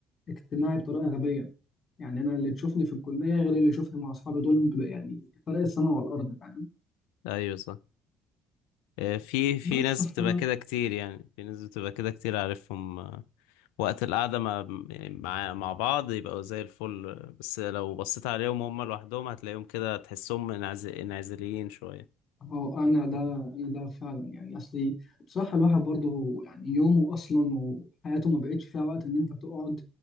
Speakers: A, on the left (about 35°); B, on the left (about 65°).
A: اجتماعي بطريقه غبيه يعني انا اللي تشوفني في الكليه غير اللي يشوفني مع اصحابي دول ب- يعني فرق السماء والارض فاهم
B: ايوه صح آه، في في
A: بس
B: ناس
A: ف
B: بتبقى كده كتير يعني في ناس بتبقى كده كتير عارفهم آه، وقت القعدة مع يعني مع مع بعض يبقوا زي الفل آه، بس لو بصيت عليهم هم لوحدهم هتلاقيهم كده تحسهم انعز- انعزاليين شوية
A: هو انا ده انا ده فعلا يعني اصلي بصراحه الواحد برضه يعني يومه اصلا وحياته ما بقتش فيها وقت ان انت تقعد